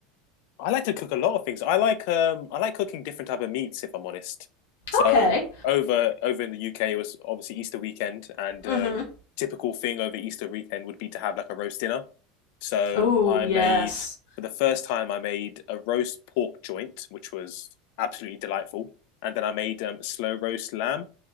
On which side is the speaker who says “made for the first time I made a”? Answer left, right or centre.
Left